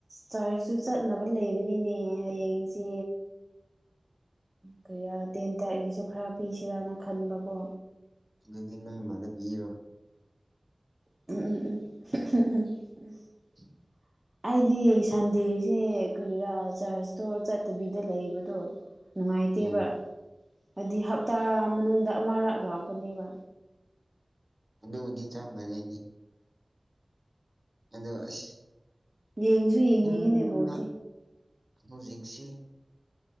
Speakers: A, on the right; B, on the right.
A: ꯆꯔꯁꯨ ꯆꯠꯅꯕ ꯂꯩꯕꯅꯤꯅꯦ ꯍꯌꯦꯡꯁꯦ꯫ ꯀꯩꯔꯥ ꯇꯦꯟ ꯇꯥꯏꯒꯤꯁꯨ ꯈꯔ ꯄꯤꯁꯤꯔꯅ ꯈꯟꯕꯀꯣ
B: ꯑꯗꯨꯗꯤ ꯅꯣꯏ ꯃꯥꯥꯗ ꯄꯤꯔꯣ
A: ꯎꯝ ꯎꯝ ꯎꯝ꯫
B: <unintelligible> <inaudible>
A: ꯑꯩꯗꯤ ꯁꯟꯗꯦꯁꯦ ꯀꯣꯏꯔꯥ ꯆꯔꯁꯇꯣ ꯆꯠꯇꯕꯤꯗ ꯂꯩꯕꯗꯣ꯫ ꯅꯨꯡꯉꯥꯏꯇꯦꯕ
B: ꯎꯝ
A: ꯍꯥꯏꯗꯤ ꯍꯞꯇꯥ ꯃꯅꯨꯡꯗ ꯑꯃꯔꯛ ꯂꯥꯛꯄꯅꯦꯕ
B: ꯑꯗꯎꯕꯨꯗꯤ ꯆꯞ ꯃꯥꯟꯅꯩꯅꯦ ꯑꯗꯣ ꯑꯁ
A: ꯌꯦꯡꯁꯨ ꯌꯦꯡꯅꯤꯡꯉꯤꯅꯦ
B: ꯅꯪꯅ
A: ꯕꯣꯜꯁꯦ꯫
B: ꯍꯧꯖꯤꯛꯁꯤ